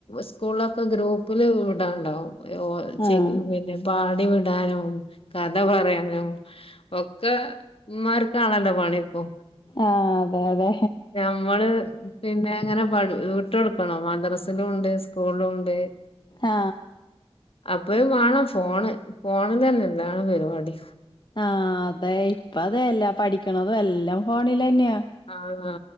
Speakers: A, on the left (about 65°); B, on the left (about 50°).
A: സ്കൂളിലൊക്കെ ഗ്രൂപ്പില് വിടാണ്ടാവും ഓ
B: ആഹ്
A: ചെല്ലി പിന്നെ പാടി വിടാനോ കഥ പറയാനോ ഒക്കെ ഉമാർക്കണല്ലോ പണി ഇപ്പൊ
B: ആഹ് അതെ അതെ
A: ഞമ്മള് പിന്നെ അങ്ങനെ വടു വിട്ടുകൊടുക്കണോ മദ്രസിലും ഉണ്ട് സ്കൂളിലും ഉണ്ട്
B: ആഹ്
A: അപ്പഴും വേണം ഫോണ് ഫോണില് തന്നെ എല്ലാം പരിപാടി
B: ആഹ് അതെ ഇപ്പം അതെല്ലേ പഠിക്കണതും എല്ലാം ഫോണില് തന്നെയാ
A: ആന്ന്